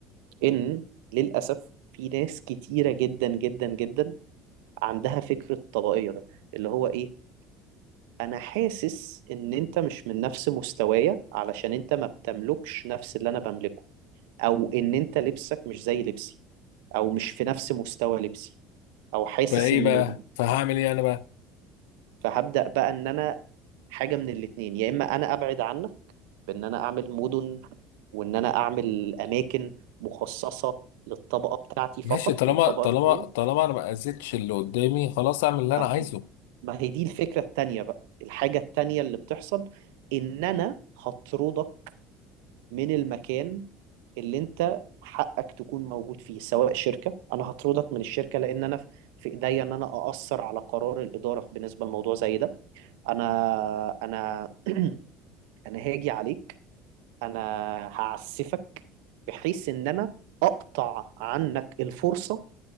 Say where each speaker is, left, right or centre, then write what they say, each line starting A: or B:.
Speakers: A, on the right; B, on the left.
A: ان للاسف في ناس كتيره جدا جدا جدا عندها فكره الطبقيه ده اللي هو ايه انا حاسس ان انت مش من نفس مستوايا علشان انت ما بتملكش نفس اللي انا بملكه او ان انت لبسك مش زي لبسي او مش في نفس مستوى لبسي او حاسس
B: فايه
A: ان
B: بقى فهعمل ايه انا بقى
A: فهبدأ بقى ان انا حاجه من الاتنين يا اما انا ابعد عنك بان انا اعمل مدن وان انا اعمل اماكن مخصصة للطبقة بتاعتي فقط
B: ماشي طالما
A: والطبقة
B: طالما
A: اللي فوقيها
B: طالما انا ما اذيتش اللي قدامي خلاص اعمل اللي انا
A: ما
B: عايزه
A: ما هي دي الفكرة التانية بقى الحاجة التانية اللي بتحصل ان انا هطردك من المكان اللي انت حقك تكون موجود فيه سواء شركة انا هطردك من الشركة لان انا في ايديا ان انا اأثر على قرار الإدارة بالنسبة لموضوع زي ده انا انا <clears throat> انا هاجي عليك انا هعسفك بحيث ان انا اقطع عنك الفرصة